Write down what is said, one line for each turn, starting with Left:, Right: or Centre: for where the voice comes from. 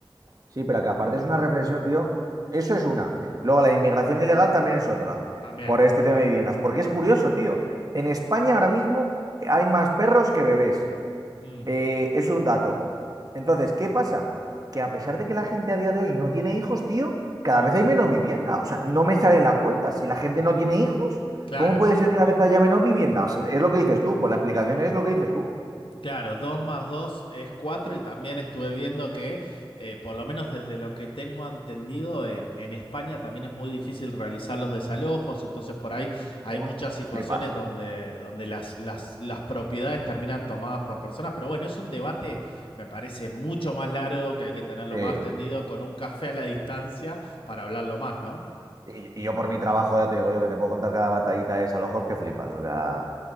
Right: Sí, pero que aparte es una reflexión, tío. Eso es una. Luego la inmigración ilegal también es otra,
Left: También.
Right: por este tema de viviendas. Porque es curioso, tío. En España ahora mismo hay más perros que bebés.
Left: Ujú.
Right: Eh, es un dato. Entonces, ¿qué pasa? Que a pesar de que la gente a día de hoy no tiene hijos, tío, cada
Left: Sí.
Right: vez hay menos vivienda. O sea, no me salen las cuentas. Si la gente no tiene hijos,
Left: Claro.
Right: ¿cómo puede ser que cada vez haya menos vivienda? O sea, es lo que dices tú. Pues la explicación es lo que dices tú.
Left: Claro, 2 más 2 es 4 y también estuve viendo que, eh, por lo menos desde lo que tengo entendido, en, en España también es muy difícil realizar los desalojos, entonces por ahí hay
Right: Buah,
Left: muchas situaciones
Right: Flipas.
Left: donde, donde las, las, las propiedades terminan tomadas por personas, pero bueno, es un debate, me parece, mucho más largo, que hay que tenerlo
Right: Sí.
Left: más tendido con un café a la distancia para hablarlo más, ¿no?
Right: Y, y yo por mi trabajo, ya te digo yo, que te puedo contar cada batallita es a ojos que flipas. O sea,